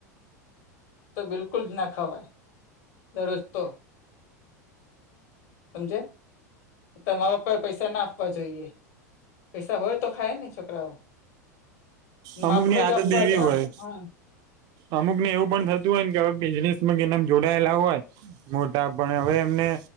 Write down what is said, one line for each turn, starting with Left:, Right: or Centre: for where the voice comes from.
Left: તો બિલકુલ જ ના ખાવાય દરરોજ તો સમજે તમારા પર પૈસા ના આપવા જોઈએ પૈસા હોય તો ખાાય ને છોકરાઓ
Right: અમુક
Left: માપનો
Right: ની આદત
Left: જ આપવા
Right: એવી
Left: હા
Right: હોય અમુક ને એવું પણ થતું હોય ને કે હવે બિઝનેસ માં કે નામ જોડાયેલા હોય મોટા પણ હવે એમને